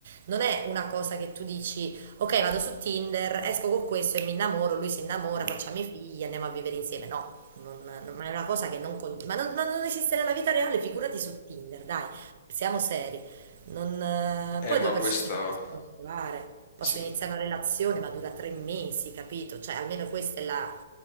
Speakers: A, on the right (about 50°); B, on the left (about 35°).
A: non è una cosa che tu dici, ok, vado su Tinder, esco con questo e mi innamoro, lui si innamora,
B: Mm,
A: facciamo i figli, andiamo a vivere insieme, no. Non, non- ma è una cosa che non, con- ma non, ma non esiste nella vita reale, figurati su Tinder, dai, siamo seri. Non, eh,
B: Eh,
A: poi
B: ma
A: due persone
B: questo...
A: si possono trovare, possono
B: sì,
A: iniziare una relazione, ma dura tre mesi, capito? Cioè, almeno questo è la-